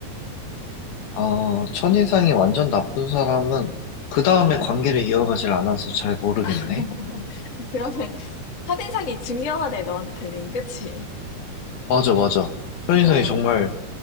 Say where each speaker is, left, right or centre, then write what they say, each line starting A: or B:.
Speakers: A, on the left; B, on the left.
A: 어, 첫인상이 완전 나쁜 사람은, 그 다음에 관계를 이어가질 않아서 잘 모르겠네.
B: <laughs> 그러면 첫인상이 중요하대, 너한테는. 그치?
A: 맞아, 맞아. 첫인상이
B: 어,
A: 정말